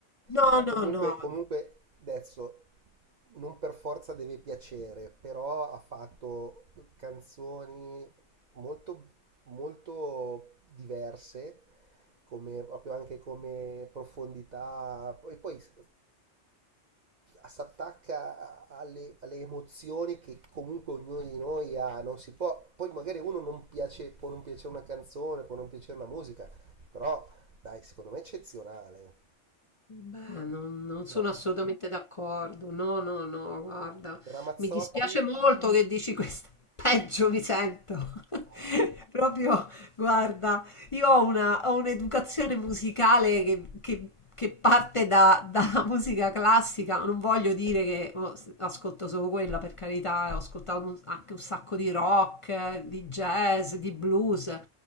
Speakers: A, on the left; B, on the right.
A: No,
B: No,
A: no,
B: comunque,
A: no,
B: comunque adesso non per forza deve piacere, però ha fatto canzoni molto, molto diverse, come, proprio anche come profondità, e poi s- si attacca alle, alle emozioni che comunque ognuno di noi ha, non si può, poi magari uno non piace, può non piacere una canzone, può non piacere una musica, però dai, secondo me è eccezionale.
A: no, non, non sono
B: No,
A: assolutamente d'accordo. No, no, no, guarda,
B: era Mazzotti?
A: mi dispiace molto che dici questa. <laughs> Peggio mi sento. <laughs>
B: Ah,
A: Proprio, guarda. Io ho, una, ho un'educazione musicale che, che- che parte da- dalla <laughs> musica classica. Non voglio dire che oh, s- ascolto solo quella, per carità, eh, ho ascoltato un- anche un sacco di rock, eh, di jazz, di blues.